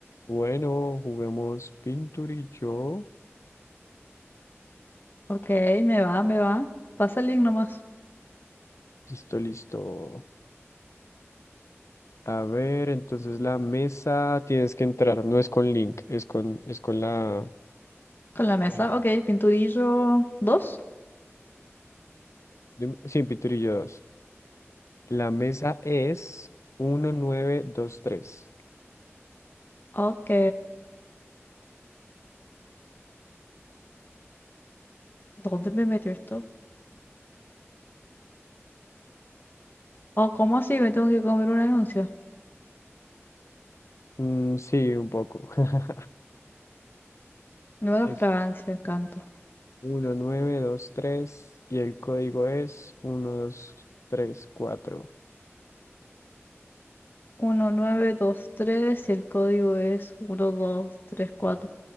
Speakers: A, on the left; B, on the left.
A: Bueno, juguemos pinturillo.
B: Ok, me va, me va. Pasa el link nomás.
A: Listo, listo. A ver, entonces la mesa tienes que entrar, no es con link, es con, es con la...
B: Con la mesa,
A: el número.
B: ok, pinturillo dos.
A: dim- Sí, pinturillo 2. La mesa es 1923.
B: Ok. ¿Dónde me metió esto? Oh, ¿cómo así? Me tengo que comer un anuncio.
A: Mm, sí, un poco. <laughs>
B: Nueva
A: Es
B: fragancia, encanto.
A: 1923 y el código es uno dos tres cuatro
B: 1923 y el código es 1234.